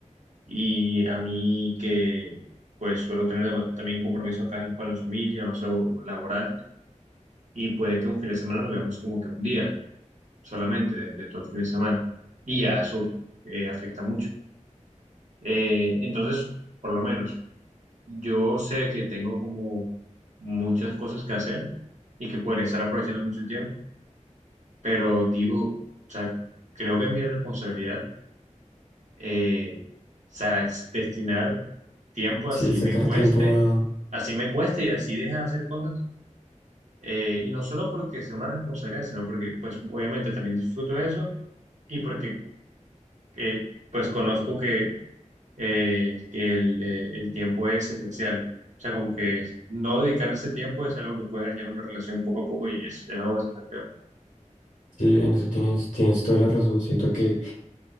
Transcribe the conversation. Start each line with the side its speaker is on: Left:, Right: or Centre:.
Right: Y a mí que pues suelo tener deba- también compromiso acá en- con la familia, no sé, o laboral, y puede que un fin de semana lo veamos como que un día solamente de, de todo el fin de semana. Y ya eso eh, afecta mucho. Eh, entonces, por lo menos, yo sé que tengo como muchas cosas que hacer y que podría estar aprovechando mucho el tiempo, pero digo, o sea, creo que es mi responsabilidad eh, o sea, destinar tiempo así
Left: Sí, sacar
Right: me cueste,
Left: tiempo a...
Right: así me cueste y así deje de hacer cosas. eh, y no solo porque sea una responsabilidad, sino porque pues obviamente también disfruto eso y porque eh, pues conozco que, eh, que el, eh, el tiempo es esencial. O sea, como que no dedicar ese tiempo es algo que puede dañar una relación poco a poco y es, es algo bastante feo.
Left: Sí, en eso tienes, tienes toda la razón. Siento que